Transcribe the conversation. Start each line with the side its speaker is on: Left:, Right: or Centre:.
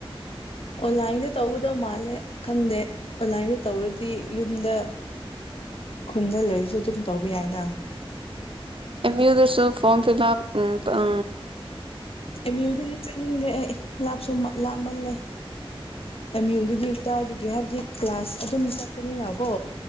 Left: ꯑꯣ ꯂꯥꯏꯗꯦ ꯇꯒꯗꯣ ꯃꯥꯂꯦ ꯈꯪꯗꯦ ꯑꯣꯟꯂꯥꯏꯟꯗ ꯇꯧꯔꯗꯤ ꯌꯨꯝꯗ ꯈꯨꯟꯗ ꯂꯩꯔꯁꯨ ꯑꯗꯨꯝ ꯇꯧꯕ ꯌꯥꯏꯅ
Right: ꯑꯦꯝꯌꯨꯟ ꯗꯁꯨ ꯐꯣꯔꯝ ꯐꯤꯜ ꯑꯞ ꯎ ꯎ
Left: ꯑ ꯃ꯭ꯌꯨꯗꯗꯤ ꯆꯠꯅꯤꯡꯗꯦ ꯑꯩ ꯂꯥꯞꯁꯨ ꯂꯥꯞꯃꯜꯂꯦ ꯑꯦꯝ ꯌꯨꯗꯨꯗꯤ ꯀꯗꯥꯏꯒꯦ ꯍꯥꯏꯕꯗꯤ ꯀ꯭ꯂꯥꯁ ꯑꯗꯨꯝ ꯆꯠꯀꯅꯤꯅ ꯀꯣ